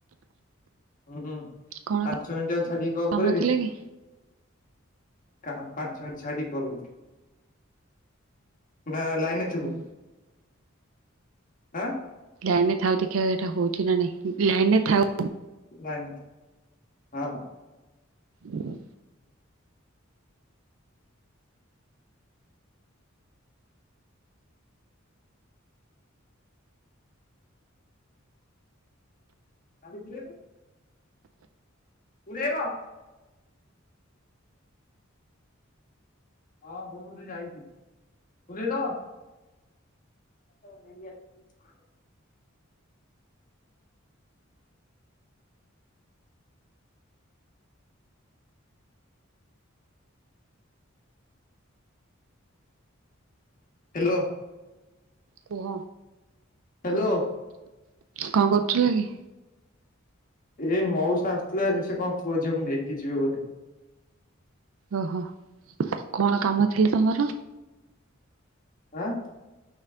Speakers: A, on the left; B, on the right.
A: ହୁଁ
B: କଣ
A: ପାଞ୍ଚ ମିନିଟ ଆଉ ଛାଡିକି କଲ୍
B: କାମ
A: କରିବି
B: ଥିଲା କି?
A: କହ ପାଞ୍ଚ ମିିନିଟ ଛାଡିକି କଲ କରୁଛି ନା ଲାଇନରେ ଥିବୁ
B: ହଉ
A: ଆଁ
B: ଲାଇନ ରେ ଥାଉ ଦେଖିବା ଏଟା ହଉଛି ନା ନାଇଁ ଲାଇନରେ ଥାଉ
A: ନାଇନ ତ ହଁ ହଁ
B: ହୁଁ
A: କାଲି ପୁରେଇ ପୁରେଇବ ହଁ ବୋଉ ବୋଧେ ଯାଇଛି ପୁରେଇଦବ ହଉ ନେଇ ଅସିଚି ହ୍ୟାଲୋ
B: କୁହ
A: ହ୍ୟାଲୋ
B: କଣ କରୁଥିଲା କି
A: ଏଇ ମଉସ ଆସିଥିଲେ ସେ କଣ ପୁଅଝିକୁ ନେଇକି ଯିବେ ବୋ
B: ଓହୋ କଣ କାମ ଥିଲେ ତମର
A: ଆଁ